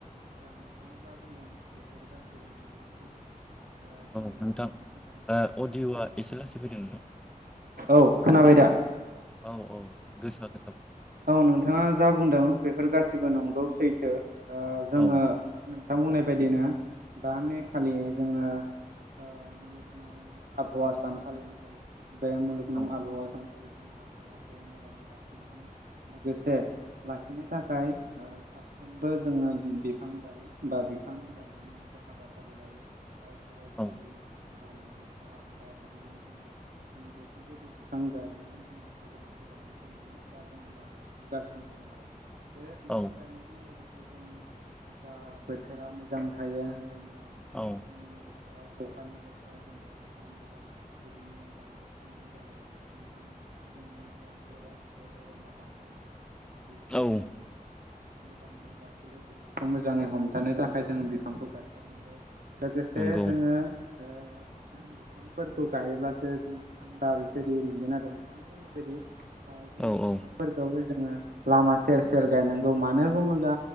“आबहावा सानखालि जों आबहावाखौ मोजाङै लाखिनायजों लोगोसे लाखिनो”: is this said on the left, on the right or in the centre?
Right